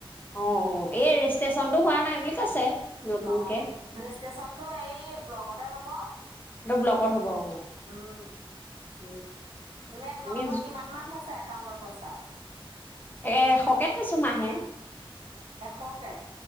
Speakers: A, on the left; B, on the right.
A: অ'! অ'! এই ৰেজিষ্ট্ৰেচনটো হোৱা নাই বুলি কৈছে। নতুনকে
B: অ'! ৰেজিষ্টেচনটো সেই ব্লকতে হ'ব।
A: এইটো ব্লকত হ'ব অ
B: উম!
A: উম!
B: নেট নলগোৱা
A: আমি
B: কিমান মান থৈছে? একাউণ্টৰ পইচা
A: এ, এশকে থৈছোঁ মাহে।
B: এশকে?